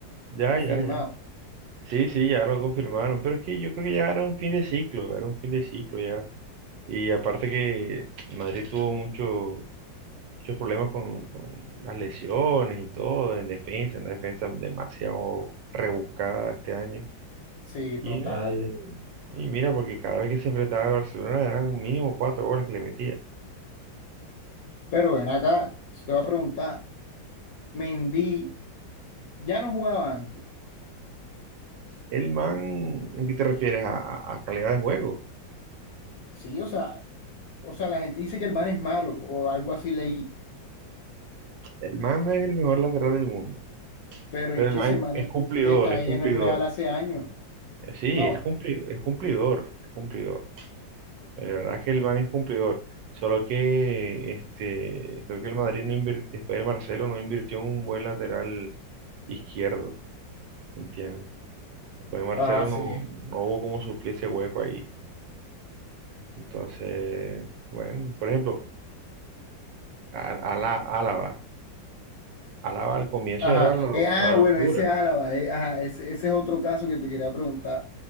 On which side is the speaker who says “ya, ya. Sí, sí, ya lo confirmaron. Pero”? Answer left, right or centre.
Right